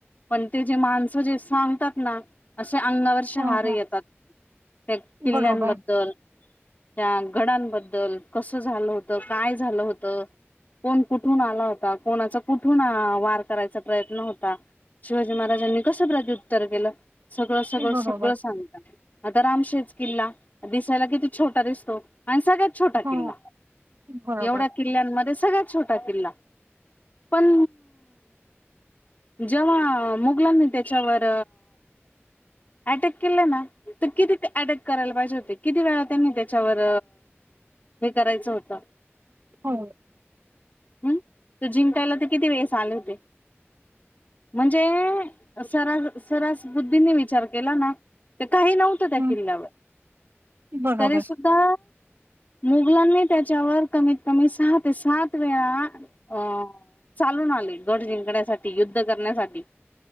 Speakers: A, on the left; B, on the right.
A: पण ते जे माणसं सांगतात ना अशे अंगावरचे शहारे
B: हा हा
A: येतात त्या किल्ल्यांबद्दल
B: बरोबर
A: त्या गडांबद्दल कसं झालं होतं काय झालं होत कोण कुठून आला होता, कोणाचा कुठून वार करायचा प्रयत्न होता. शिवाजी महाराजांनी कसं प्रत्युत्तर केलं, सगळं सगळं
B: बरोबर
A: सगळं सांगता. आता रामशेज किल्ला दिसायला किती छोटा दिसतो. आणि सगळ्यात छोटा
B: हो
A: किल्ला.
B: बरोबर
A: एवढ्या किल्ल्यांमध्ये सगळ्यात छोटा किल्ला, पण जेव्हा अ मुघलांनी त्याच्यावर अटॅक केलंय ना तर किती अटॅक करायला पाहिजे होते किती वेळा त्यांनी त्याच्यावर हे करायचं होतं
B: हो
A: हम त जिंकायला ते किती वेळेस आले होते. म्हणजे. सरास सरस बुद्धीने विचार केला ना तर काही नव्हतं त्या
B: हम्म
A: किल्ल्यावर.
B: बरोबर
A: तरी सुद्धा मुघलांनी त्याच्यावर कमीत कमी सहा ते सात वेळा अ चालून आले गड जिंकण्यासाठी युद्ध करण्यासाठी